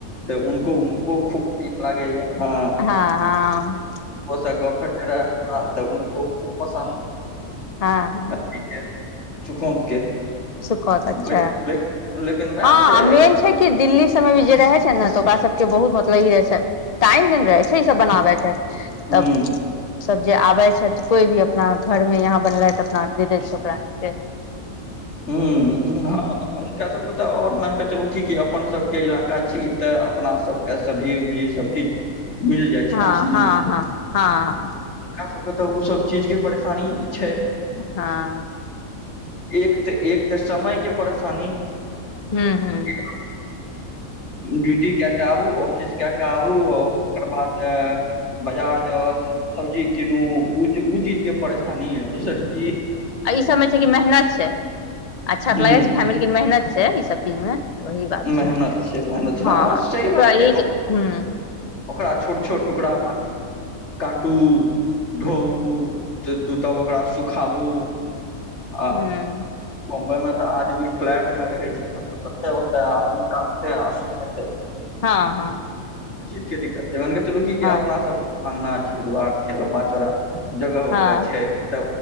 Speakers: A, on the left; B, on the left.
A: तऽ उनको उनको खूब निक लागैए हँ
B: हाँ हाँ हउ
A: ओ सब गप रह तऽ उनको खूब पसन्द
B: हँ हँ
A: अथी के चुखौत केे
B: सुखौत अच्छा
A: वेट लेकिन वएह
B: हँ
A: छै
B: मेन छै कि दिल्ली सब मे भी जे रहे छै ने तऽ ओकरा सब के बहुत मतलब ई रहे छै टाईम मिल जाए छै छै सब बनाबै के
A: हूँ
B: तब सब जे आबे छै कोई भी अपना घरमे यहाँ बनलै तऽ अपना दे दै छै ओकरा आरके
A: हूँ हँ हुनका सबके तऽ और मानिके चलू ठीके अपन सबके ईलाका छी तऽ अपना सब के सब्जी उब्जी सब चीज मिल जाइ छै
B: हँ
A: आसानीसँ
B: हँ हँ हँ
A: हुनका सबके तऽ ओ सब चीज के परेशानी ई छै
B: हाँ
A: एक तऽ एक तऽ समय के परेशानी
B: हू हू
A: कि ड्यूटी क के आबू ऑफिस कए के आबू ओकर बाद बाजार जाउ सब्जी कीनू ओ ओ चीज के परेशानी ह दोसर की
B: सब मे छै मेहनत छै अच्छा
A: हुं
B: तऽ लगे छै खाइ मे लेकिन मेहनत छै ई सब चीज में ओही बात छै
A: मेहनत छै मेहनत
B: हँ
A: सही
B: ओकरा
A: बात छै
B: ई ह्म
A: ओकरा छोट छोट टुकड़ा काटू धोउ तू तब ओकरा सुखाबू आ
B: ह्म्म
A: बम्बई में तऽ आदमी फ्लैट में रहै छै त कते ओते आदमी काट तै आ सुखैते
B: हँ हँ
A: इ चीज के दिक्कत छै मान के चलू की
B: हँ
A: अपना सब अंगना छै दुवार छै लम्बा चौड़ा जगह
B: हँ
A: उग छै तऽ